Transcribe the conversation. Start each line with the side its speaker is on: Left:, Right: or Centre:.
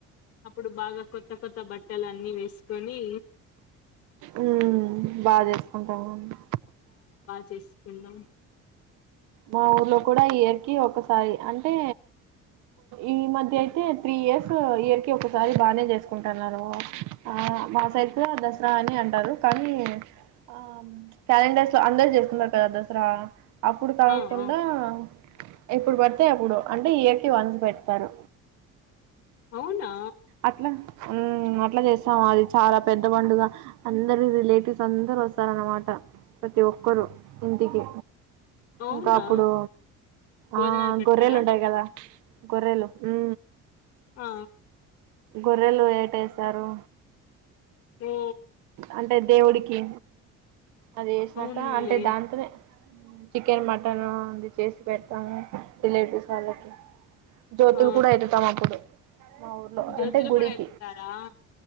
Left: అప్పుడు బాగ కొత్త కొత్త బట్టలన్నిీ వేసుకొని
Right: ఉ బాగా చేసుకుంటాముడి
Left: చెస్పీపన్నాం
Right: మా ఊర్లో కూడా యిర్ ఒకసారి అంటే ఈ మధ్య అయితే త్రీ ఇయర్స్ ఇర్ క ఒకసారి బాగానే చేసుకుంటున్నారు ఆ మా సైతు ఆ దసరా అని అంటారు కానీ ఆ క్యాలెండర్స్ లో అందరూ చేసుకుంటుంటారు కదా దసరా ఇప్పుడు <unintelligible>
Left: ఆ ఆ
Right: ఎప్పుడు పడితేాయి అప్పుడు అంటే ఇయర్కి వన్ పెడతారు
Left: అవునా
Right: అట్ల ఉమ్ అట్ల చేస్తాము అది చాలా పెద్ద పండుగ అందరు రిలేటివ్స్ అందరు వస్తారన్నమాట ప్రతి ఒక్కరుూ ఇంటికి
Left: అవునా
Right: ఇంకా అప్పుడు
Left: భోజనాలు
Right: ఆ
Left: పెడతారా
Right: గొర్రెలు ఉంటయి కదా కొరలు ఉ
Left: ఆ
Right: గొర్రెలు ఏ టెన వేసారు
Left: ఓ
Right: అంటే దేవుడికి అది వ ఉసినాక
Left: అవునులే
Right: అంటే దాంతోనే చికెన్ మటన్ అది చేసి పెడతాము రిలేటివ్స్ వాళ్ళకి జ్యోతి
Left: ఆ
Right: కూడాడా యితే తా మాప్పుదు మా ఊర్లో
Left: జ్యోతులు
Right: అంటే గుడిక
Left: కూడా ఎత్తుతారా